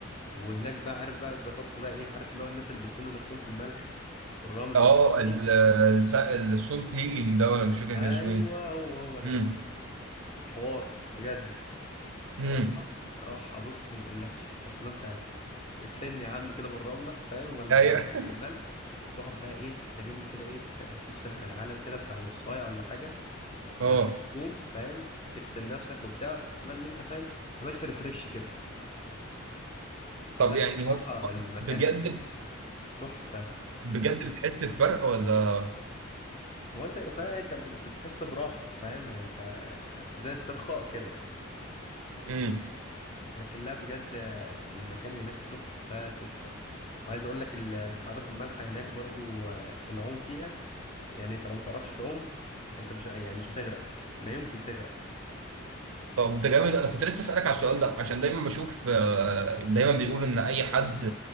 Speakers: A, on the left; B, on the right.
A: وهناك بقى عارف بقى جربت بقى ايه عارف اللي هو الناس اللي بيدفنوا نفسهم في الملح وفي الرمل
B: اه
A: والحاجات
B: ال-
A: دي
B: الس- السولت هيلينج ده ولا مش فاكر
A: ايوه
B: كان اسمه ايه
A: هو هو ده
B: امم
A: حوار بجد
B: امم
A: راحه راحه بص ما اقولكش عارف لو انت اتفن يا عم كده بالرمله فاهم ولا
B: ايوه
A: بال- بالملح تقعد بقى ايه تستجم كده ايه ت- تفصل عن العالم كده بتاع نصايه ولا حاجه
B: اه
A: بعد كده تقوم فاهم تغسل نفسك وبتاع وتحس بقى ان انت فاهم عملت ريفرش كده فلا
B: طب يعني
A: الصراحه
B: هو
A: المكان
B: بجد
A: هناك تحفه
B: بجد بتحس بفرق ولا
A: هو انت فاهم انت بت- بتحس براحة فاهم يعني انت زي استرخاء كده
B: امم
A: لكن لا بجد آه، المكان هناك تحفة تحفة وعايز اقول لك البحيرات المالحة هناك برضو آه، العوم فيها يعني انت لو متعرفش تعوم انت مش يعني مش هتغرق لا يمكن تغرق
B: طب ده جامد انا كنت لسه اسالك على السؤال ده عشان دايما بشوف آه، دايما بيقولوا ان اي حد